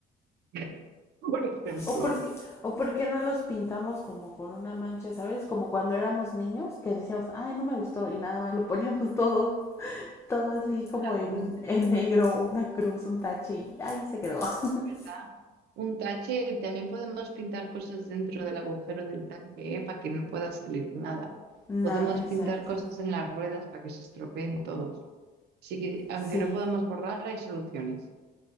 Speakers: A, on the right; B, on the left.
A: <laughs> Por ejemplo,
B: O porque, o porque no los pintamos como con una mancha, ¿sabes? Como cuando éramos niños que decíamos, ay, no me gustó y nada más lo poníamos <laughs> todo, todo así
A: con
B: como
A: la
B: en,
A: cruz,
B: en negro, una cruz, un tache y ahí se quedó. <laughs>
A: ¿verdad? Un tache, también podemos pintar cosas dentro del agujero del tanque, ¿eh? Para que no pueda salir nada.
B: No,
A: Podemos
B: exacto.
A: pintar cosas en las ruedas para que se estropeen todos. Así que, aunque
B: Sí,
A: no podamos borrar, hay soluciones.